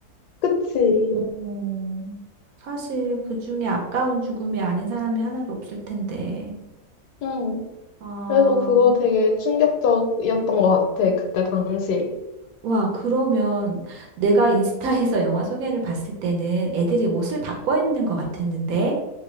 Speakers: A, on the left; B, on the right.
A: 그치.
B: 어, 사실 그 중에 아까운 죽음이 아닌 사람이 하나도 없을 텐데.
A: 응.
B: 아,
A: 그래서 그거 되게 충격적이었던 것 같아, 그때 당시
B: 와, 그러면 내가 인스타에서 영화 소개를 봤을 때는 애들이 옷을 바꿔 입는 것 같았는데?